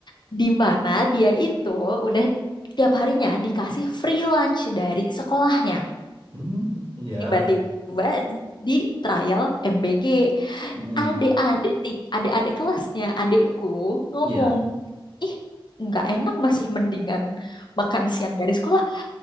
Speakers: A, on the left (about 55°); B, on the right (about 85°).
A: Di mana dia itu udah tiap harinya dikasih free lunch dari sekolahnya.
B: Mm, ya.
A: Tiba-tiba di trial MBG,
B: Mm-mm.
A: adik-adik ti- adik-adik kelasnya adikku ngomong,
B: Ya.
A: "Ih, nggak enak masih mendingan makan siang dari sekolah."